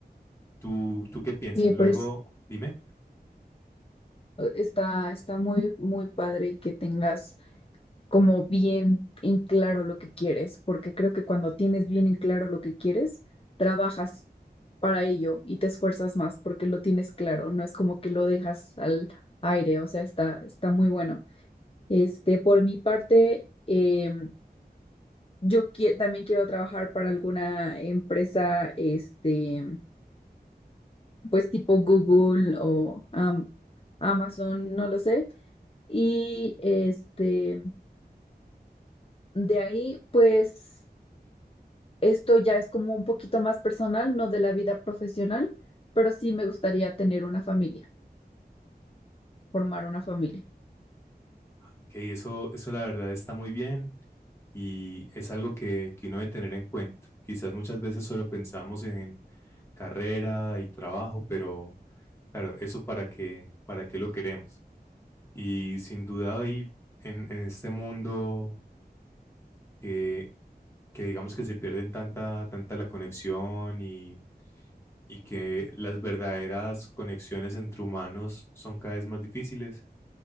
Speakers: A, on the left; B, on the left.
A: ¿Tú, tú qué piensas?
B: Oye,
A: Luego,
B: pero es-
A: dime.
B: está, está muy, muy padre que tengas como bien en claro lo que quieres, porque creo que cuando tienes bien en claro lo que quieres, trabajas para ello y te esfuerzas más porque lo tienes claro, no es como que lo dejas al aire, o sea, está, está muy bueno. Este, por mi parte, em, yo qui- también quiero trabajar para alguna empresa, este pues tipo Google o Am- Amazon, no lo sé. Y este, de ahí, pues esto ya es como un poquito más personal, no de la vida profesional, pero sí me gustaría tener una familia, formar una familia.
A: Ok, eso, eso la verdad está muy bien y es algo que, que uno debe tener en cuenta. Quizás muchas veces solo pensamos en carrera y trabajo, pero claro, eso para qué, para qué lo queremos. Y sin duda hoy en, en este mundo que, que digamos que se pierden tanta, tanta la conexión y, y que las verdaderas conexiones entre humanos son cada vez más difíciles.